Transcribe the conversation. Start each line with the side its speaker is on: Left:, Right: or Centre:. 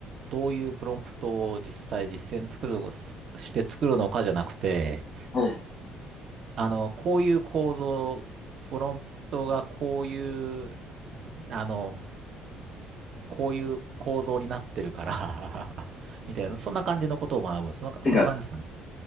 Right: どういうプロンプトを実際実践作るの、すして作るのかじゃなくて、
Left: うん
Right: あの、こういう構造、プロンプトがこういう、あの、こういう構造になってるから <laughs> みたいな、そんな感じのことを学ぶ。そんな、
Left: なんか、
Right: そんな感じですかね。